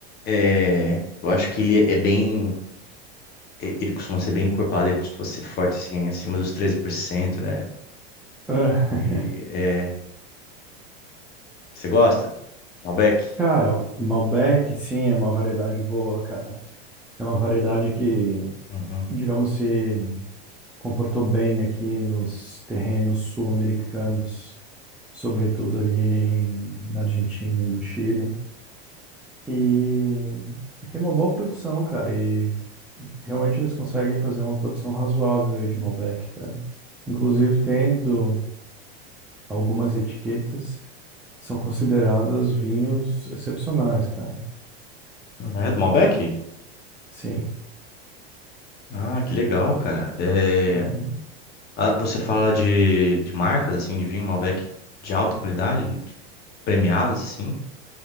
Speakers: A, on the left; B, in the centre.
A: É, eu acho que ele é bem. e- Ele costuma ser bem encorpado, ele costuma ser forte, assim, acima dos 13%, né?
B: Ah,
A: E,
B: <laughs>
A: é, Você gosta? Malbec?
B: Cara, Malbec, sim, é uma variedade boa, cara. É uma variedade que,
A: Uhum.
B: digamos se comportou bem aqui nos terrenos sul-americanos, sobretudo ali na Argentina e no Chile. E, e tem uma boa produção, cara. E realmente eles conseguem fazer uma produção razoável aí de Malbec, cara. Inclusive tendo algumas etiquetas que são consideradas vinhos excepcionais, cara.
A: Ah, É do Malbec?
B: Sim.
A: Ah, que legal, cara. É,
B: é.
A: ah, você fala de, de marcas, assim, de vinho Malbec de alta qualidade, né? Tipo, premiados, assim?